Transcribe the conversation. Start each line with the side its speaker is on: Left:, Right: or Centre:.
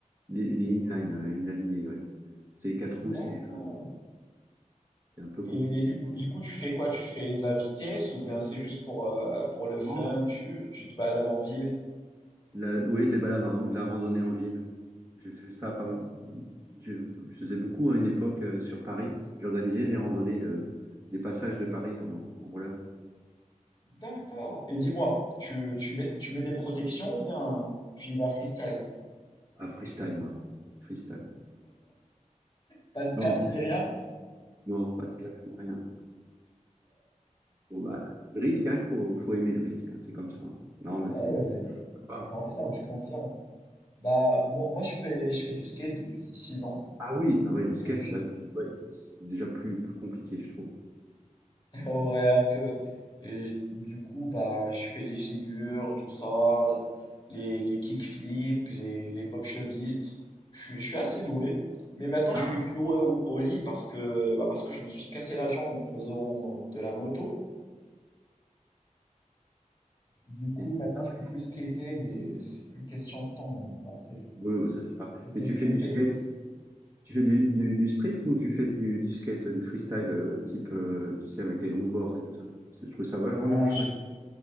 Right: les, les inline, euh, inalignés, ouais. C'est quatre roues,
Left: D'accord.
Right: c'est c'est un peu compliqué.
Left: Et du coup, du coup, tu fais quoi? Tu fais de la vitesse ou bien c'est juste pour, euh, pour le fun,
Right: Non.
Left: tu, tu te balades en ville?
Right: La, oui, de les balades, en- de la randonnée en ville. J'ai fait ça pas mal. Je, je faisais beaucoup à une époque euh, sur Paris. J'organisais des randonnées de, des passages de Paris en, en roller.
Left: D'accord. Et dis-moi, tu, tu mets, tu mets des protections ou bien tu y vas freestyle?
Right: À freestyle, moi. Freestyle.
Left: Pas de casque
Right: Non, c'est-
Left: ni rien?
Right: non, pas de casque, rien. Bon, bah, le risque, hein, faut, faut aimer le risque, hein, c'est comme ça. Non, mais
Left: Ouais,
Right: c'est c'est
Left: ouais,
Right: sympa.
Left: je confirme, je confirme. Bah, moi, moi je fais, je fais du skate depuis 6 ans.
Right: Ah oui, ah ouais, le skate,
Left: Et je-
Right: là, dé- ouais, c'est déjà plus, plus compliqué, je trouve.
Left: <laughs> Ouais, un peu. Et du coup, bah, je fais les figures, tout ça, les, les kickflips, les, les pop chevites. Je, suis je suis assez doué. Mais maintenant,
Right: Ah
Left: je suis
Right: ouais,
Left: cloué au, au lit parce que, bah, parce que je me suis cassé la jambe en faisant euh, de la moto. Du coup,
Right: et-
Left: maintenant,
Right: ah
Left: je
Right: ouais.
Left: peux plus skater, mais c'est qu'une question de temps. hein. Après, je vais,
Right: Oui, ouais,
Left: je
Right: ça c'est
Left: vais
Right: pas.
Left: re-
Right: Mais
Left: re-skater.
Right: tu fais du skate, tu fais du, du, du street ou tu fais du, du skate, du freestyle, euh, type, euh, tu sais, avec les longboards et tout ça. C'est- Je trouve ça vraiment
Left: Non,
Right: vraiment
Left: non,
Right: chouette.
Left: je,